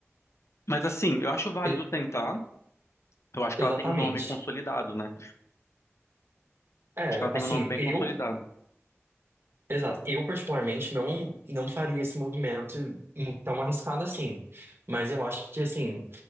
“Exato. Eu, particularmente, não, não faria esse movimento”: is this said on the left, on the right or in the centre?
Right